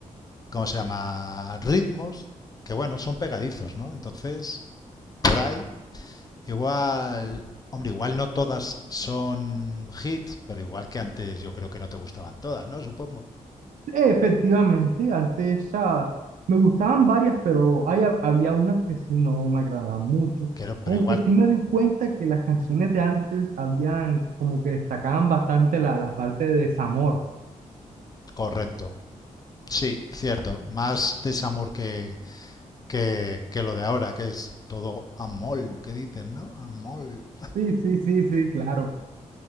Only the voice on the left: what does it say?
¿cómo se llama? Ritmos, que bueno, son pegadizos, ¿no? Entonces, por ahí, igual, hombre, igual no todas son hits, pero igual que antes yo creo que no te gustaban todas, ¿no? Supongo.
Pero, pero
igual,
correcto. Sí, cierto. Más desamor que, que, que lo de ahora, que es todo amol, que dicen, ¿no? Amol.